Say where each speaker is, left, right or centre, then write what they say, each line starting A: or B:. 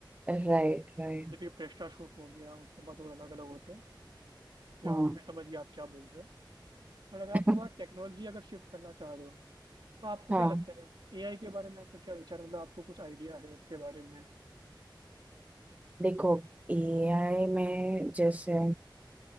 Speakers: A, on the right; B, on the right.
A: राइट राइट
B: जैसे कि प्रेस्टा शूट हो गया उसके बाद और अलग अलग होते हैं या
A: हाँ
B: मैं समझ गया आप क्या बोल रहे हो और अगर आप
A: <laughs>
B: पूरा टेक्नोलॉजी अगर शिफ्ट करना चाह रहे हो तो आपको
A: हाँ
B: क्या लगता है एआई के बारे में आपका क्या विचार है? मतलब आपको कुछ आइडिया है उसके बारे में
A: देखो एआई में जैसे